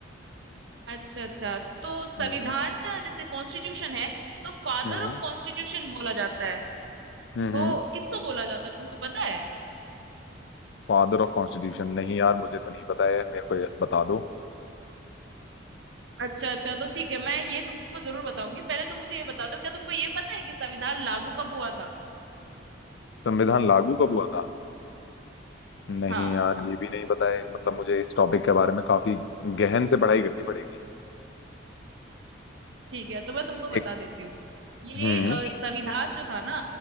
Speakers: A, on the right (about 70°); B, on the left (about 65°).
A: अच्छा अच्छा तो संविधान
B: हम्म
A: अ, जैसे कॉन्स्टिट्यूशन है तो फादर
B: हम्म
A: ऑफ कॉन्स्टिट्यूशन बोला जाता है
B: हम्म
A: तो किसको बोला जाता है तुमको पता है
B: फादर ऑफ कॉन्स्टिट्यूशन नहीं यार मुझे तो नहीं पता है मेरे को ये बता दो
A: अच्छा अच्छा तो ठीक है मैं ये तुमको जरूर बताऊंगी पहले तुम मुझे ये बता दो क्या तुमको ये पता है कि संविधान लागू कब हुआ था
B: संविधान लागू कब हुआ था नहीं
A: हाँ
B: यार ये भी नहीं पता है मतलब मुझे इस टॉपिक के बारे में काफी गहन से पढ़ाई करनी पड़ेगी
A: ठीक है तो मैं तुमको बता
B: एक
A: देती हूँ ये
B: हम्म
A: अ, संविधान जो था ना